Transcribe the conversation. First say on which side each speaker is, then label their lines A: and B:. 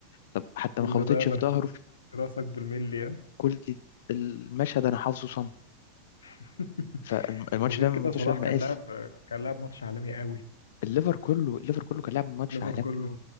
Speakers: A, on the left (about 55°); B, on the left (about 70°).
A: طب حتى
B: كل
A: ما خبطتش
B: ده مرسوم
A: في ظهره
B: في
A: في
B: راسك بالملي ها؟
A: كل المشهد انا حافظه صم
B: <laughs>
A: فالماتش
B: وغير
A: ده
B: كده
A: من الماتش
B: صلاح
A: المقاسي
B: كان لاعب كان لاعب ماتش عالمي قوي
A: الليفر كله الليفر كله كان لاعب ماتش
B: ليفر
A: عالمي
B: كله